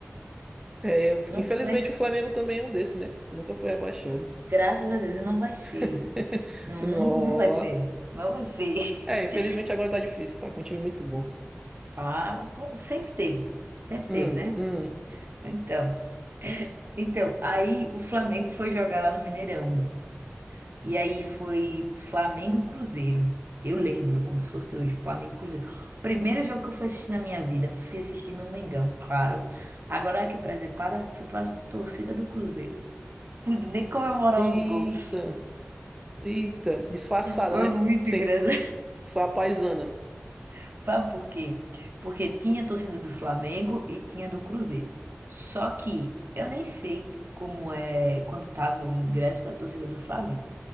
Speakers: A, on the right; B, on the right.
A: é, eu-
B: Não
A: infelizmente
B: foi,
A: o Flamengo também é um desse, né? Nunca foi rebaixado.
B: graças a Deus, não vai ser.
A: <laughs>
B: Não,
A: Nó.
B: não não vai ser. Não vai ser.
A: É, infelizmente
B: <laughs>
A: agora tá difícil, tá com um time muito bom.
B: Ah, co- sempre teve. Sempre
A: Hum,
B: teve, né?
A: hum.
B: Então. Então, aí o Flamengo foi jogar lá no Mineirão. E aí foi Flamengo e Cruzeiro. Eu lembro, como se fosse hoje, Flamengo e Cruzeiro. Primeiro jogo que eu fui assistir na minha vida, fui assistir meu Mengão, claro. Agora que presepada, fui pra torcida do Cruzeiro. Pude nem comemorar
A: Eita,
B: os gols.
A: eita. Disfarçada,
B: Foi
A: né?
B: muito
A: Sem,
B: engraçado.
A: Foi a paisana.
B: <laughs> Sabe por quê? Porque tinha a torcida do Flamengo e tinha do Cruzeiro. Só que eu nem sei como é quanto tava o ingresso da torcida do Flamengo.